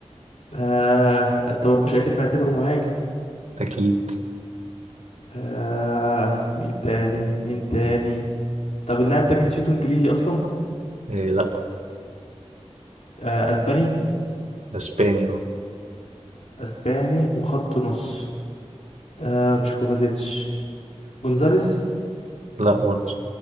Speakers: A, on the left; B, on the right.
A: آه التمرمش اكيد معتبره مهاجم
B: <laughs> اكيد
A: آه مين تاني مين تاني طب اللاعب ده جنسيته انجليزي اصلا
B: إيه لا
A: آه اسباني
B: اسباني اه
A: اسباني وخط نص آه مش كوفازيتش جونزاليس
B: لا برضه